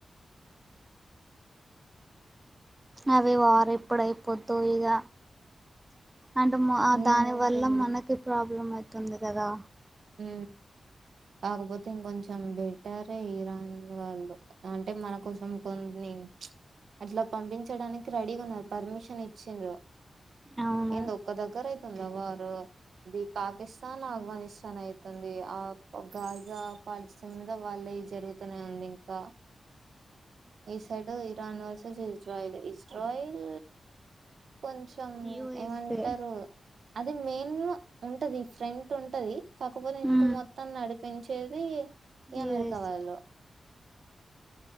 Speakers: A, on the right; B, on the right.
A: అవి వారు ఇప్పుడయిపోద్దుో ఇక అండ్
B: ఏంటి
A: దాని వల్ల మనకి ప్రాబ్లం అవు తుంది కదా
B: ఉ కాకపోతే ఇంకొంచెం బెటర్ే ఇరాన్ వాళ్ళు అంటే మన కోసం కొన్ని అట్లా పంపించడానికి రెడీగా ఉన్నారు పర్మిషన్ ఇచ్చిండ్రు
A: అవును
B: ఏం ద ఒక్క దగ్గర అయితే మ అ పాకిస్తన్ అఫ్గనిస్తాన్ చన అవుతుంది ఆ గాజా పల్చన్ మీద వాళ్ళ జరుగుతూనే ఉంది ఇంకా ఈసైడు ఇరాన్ వర్ ఇజ్రాయిల్ ఇజ్రాయిల్ కొంచం
A: యుఎస్ఏ
B: ఏమంటారు అది మెయిన్ ఉంటది ఫ్రెంట్ ఉంటది కాకపోతే
A: మ్మ్
B: ఇక మొత్తం నడి పెంచేది ఏ అమెరికా
A: యుఎస్ఏ
B: వాళ్లో